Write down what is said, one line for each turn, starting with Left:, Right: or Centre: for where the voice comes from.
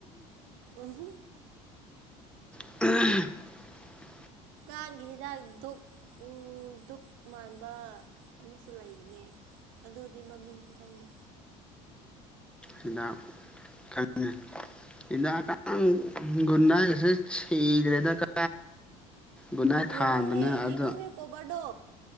Right: ꯑꯍꯣ
Centre: ꯎ
Right: ꯀꯥꯡꯒꯤ ꯍꯤꯗꯥꯛ ꯙꯛ ꯙꯗꯨꯛ ꯃꯥꯟꯕ ꯑꯃꯁꯨ ꯂꯩꯔꯤꯅꯦ ꯑꯗꯨꯗꯤꯃꯃꯤꯟꯁꯨ ꯈꯪꯗꯦ
Centre: ꯍꯤꯗꯥꯛ ꯈꯪꯉꯤ ꯏ ꯀ ꯨꯟꯟꯅꯁꯦꯗ꯭ꯔꯦꯗ ꯀ ꯒꯨꯅꯥꯏ ꯊꯥꯡꯕꯅꯦ
Right: ꯌꯦꯔꯨꯝꯒꯤ
Centre: ꯑꯗꯣ
Right: ꯌꯦꯔꯨꯝꯒꯤ ꯀꯣꯕꯔꯗꯣ